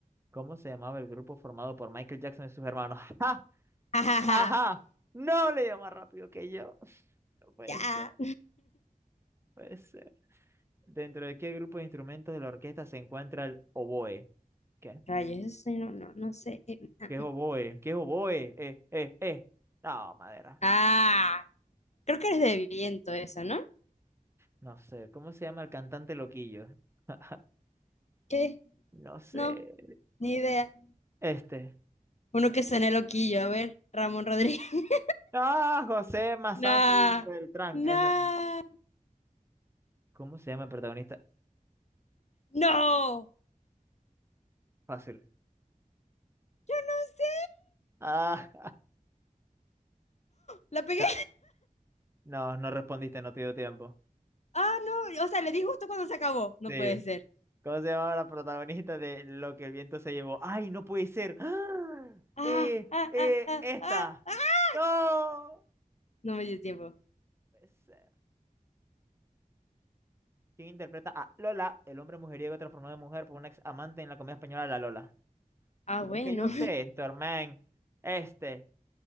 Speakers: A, on the right; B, on the left.
A: ¿Cómo se llamaba el grupo formado por Michael Jackson y sus hermanos? <laughs>
B: Jajaja.
A: Ajá, no le dio más rápido que yo. <laughs> No puede
B: Ya.
A: ser, puede ser. ¿Dentro de qué grupo de instrumentos de la orquesta se encuentra el oboe? ¿Qué?
B: Rayo, eso sí, no, no, no sé. Eh, ah,
A: ¿Qué es oboe? ¿Qué es oboe? Eh, eh, eh. No, madera.
B: Ah, creo que eres de viento eso, ¿no?
A: No sé. ¿Cómo se llama el cantante loquillo? <laughs>
B: ¿Qué?
A: No sé.
B: No, ni idea.
A: Este.
B: Uno que suene loquillo, a ver, Ramón Rodríguez. <laughs>
A: Ah, José Mazán
B: Nah,
A: Beltrán.
B: nah,
A: Eso. ¿Cómo se llama el protagonista?
B: no, no
A: Fácil.
B: sé,
A: Ah,
B: la pegué.
A: <laughs> no, no respondiste, no te dio tiempo.
B: Ah, no, o sea, le di justo cuando se acabó. No
A: Sí.
B: puede ser.
A: ¿Cómo se llamaba la protagonista de Lo que el viento se llevó? ¡Ay, no puede ser! ¡Ah!
B: Ah,
A: Eh,
B: ah,
A: eh,
B: ah, ah,
A: esta.
B: ah, ah.
A: ¡No! No
B: No me dio tiempo.
A: Puede ser. ¿Quién interpreta a Lola, el hombre mujeriego transformado en mujer por una ex amante en la comedia española La Lola?
B: Ah,
A: ¿Tú
B: bueno,
A: crees que yo sé esto, hermano? Este.